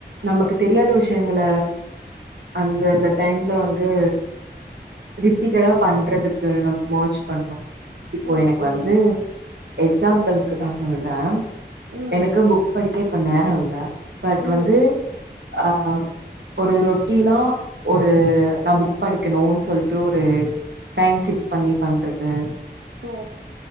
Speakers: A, on the right (about 70°); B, on the right (about 80°).
A: நமக்கு தெரியாத விஷயங்கள அந்தந்த டைம்ல வந்து ரிப்பீட்டடா பண்றதுக்கு நம்ம மோச்சு பண்ணு இப்போ
B: ஓகே
A: எனக்கு வந்து எக்ஸாம்பிள்க்கு நா சொல்ற
B: ம்
A: எனக்கு புக் படிக்க இப்ப நேரோ இல்ல பட்
B: ம்
A: வந்து ஆ ஒரு ரொட்டீனா ஒரு நா புக் படிக்கணுன் சொல்ட்டு ஒரு டைம் ஃபிக்ஸ் பண்ணி பண்றது
B: ஓ